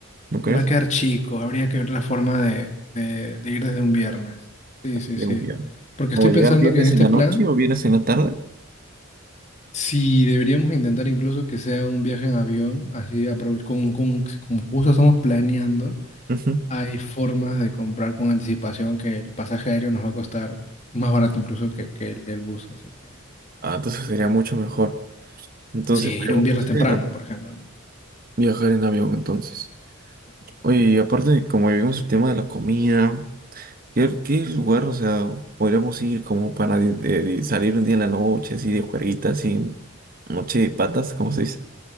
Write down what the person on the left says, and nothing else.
Va a quedar chico, habría que ver la forma de, de, de ir desde un viernes. Sí, sí,
sí.
Porque
estoy
pensando
que en este
plan,
si deberíamos intentar incluso que sea un viaje en avión, así aprove- con, con, como justo estamos planeando.
Hay formas de comprar con anticipación que el pasaje aéreo nos va a costar más barato incluso que, que el del bus. Así que
sí, ir
un viernes
temprano, por ejemplo, ¿no?
Sí, sí, sí,
sí,
hay que notar
eso.